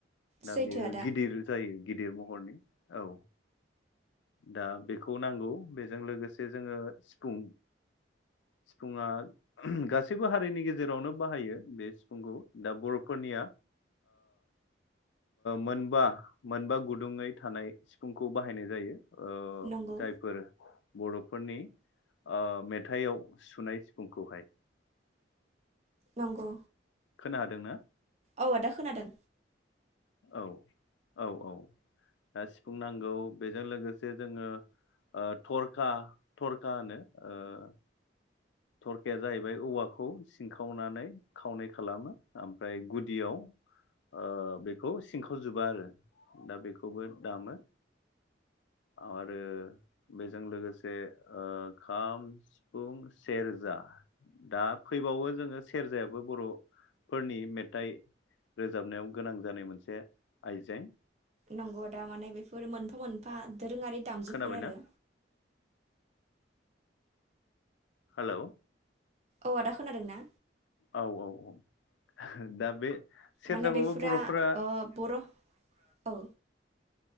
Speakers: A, on the left; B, on the right.
A: दा
B: सैथो
A: बेयो
B: आदा
A: गिदिर जायो। गिदिर महरनि औ दा बेखौ नांगौ बेजों लोगोसे जोङो सिफुं सिफुुंआ गासैबो हारिनि गेजेरावनो बाहायो बे सिफुंखौ दा बरफोरनिया मोनबा। मोनबा गुदुङै थानाय सिफुंखौ बाहायनाय जायो। ओ
B: नंगौ
A: जायफोर बरफोरनि ओक्षमेथाइआव सुनाय सिफुंखौहाय।
B: नंगौ
A: खोना हादोंना
B: औ आदा खोनादों।
A: औ औ औ दा सिफुं नांगौ बेजों लोगोसे जोङो थरखा थरखा होनो ओ थरखिाया जाहैबाय औवाखौ सिंखावनानै खावै खालामो ओमफ्राय गुदियाव ओ बेखौ सिनखावजोबा आरो दा बेखौबो दामो आरो बेजों लोगोसे ओ खाम सिफुं। सेरजा दा फैबावो जोङो सेरजायाबो बर'फोरनि मेथाइ रोजाबनायाव गोनां जानाय मोनसे आइजें
B: नंगौ दा माने बेफोर मोनफा मोनफा दोरोङारि दामजुफोर
A: खोनाबायना
B: आरो
A: हेलौ
B: औ आदा खोनादों ना?
A: औ औ औ दा बे सेरजाखौबो
B: माने बेफोरा
A: बर'फोरा
B: ओ बर औ